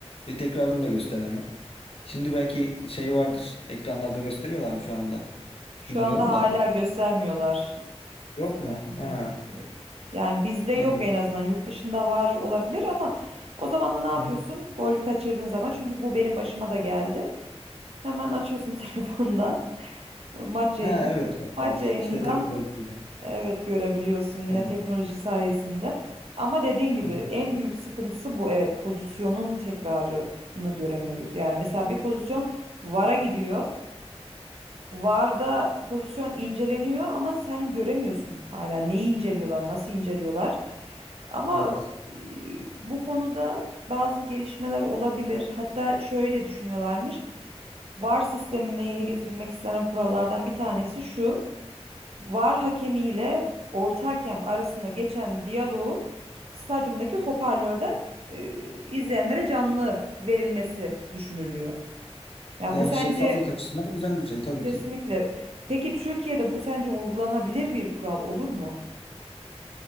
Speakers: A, on the left (about 60°); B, on the right (about 65°).
A: E, tekrarını da gösteren yok. Şimdi belki şey vardır. Ekranlarda gösteriyorlar mı şu anda?
B: Şu
A: Bilmiyorum
B: anda hala
A: da.
B: göstermiyorlar
A: Yok
B: stadyumda.
A: mu? Ha.
B: Evet. Yani bizde yok
A: Evet.
B: en azından. Yurt dışında var olabilir ama o zaman da ne yapıyorsun?
A: Hı-hı.
B: Golü kaçırdığın zaman çünkü bu benim başıma da geldi. Hemen açıyorsun <laughs> telefondan maç yayını.
A: Ha evet. yok,
B: Maç
A: Evet.
B: yayınından
A: İşte tek böyle. bir şey.
B: Evet görebiliyorsun yine
A: Evet.
B: teknoloji sayesinde. Ama dediğin gibi
A: Hı-hı.
B: en büyük sıkıntısı bu. Evet pozisyonun tekrarını göremiyoruz. Yani mesela bir pozisyon VAR'a gidiyor. VAR'da pozisyon inceleniyor ama sen göremiyorsun hala neyi inceliyorlar, nasıl inceliyorlar. Ama
A: Evet.
B: e, bu konuda bazı gelişmeler olabilir. Hatta şöyle düşünüyorlarmış. VAR sisteminde yeni getirilmek istenen kurallardan bir tanesi şu. VAR hakemiyle orta hakem arasında geçen diyaloğu stadyumdaki hoparlörden e, izleyenlere canlı verilmesi düşünülüyor. Yani
A: Yani
B: bu sence
A: şeffaflık açısından güzel bir şey tabii
B: kesinlikle.
A: ki.
B: Peki Türkiye'de bu sence uygulanabilir bir kural olur mu?